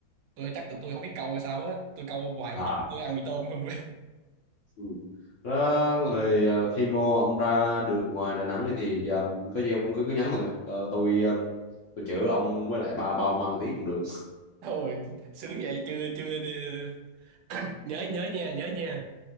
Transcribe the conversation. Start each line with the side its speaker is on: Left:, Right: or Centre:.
Right: tôi chắc là tôi không biết câu hay sao á tôi câu hoài
Left: À.
Right: không dính tôi ăn mì tôm không <laughs>
Left: Ừ. Đó, rồi ờ, khi mô ông ra được ngoài Đà Nẵng này thì ờm, có gì ông cứ cứ nhắn mình à. Ờ, tôi ờm, tôi chữa ông với lại ba bao măng tí cũng được
Right: thôi sướng vậy chưa chưa đi... <clears throat> <coughs> nhớ nhớ nha nhớ nha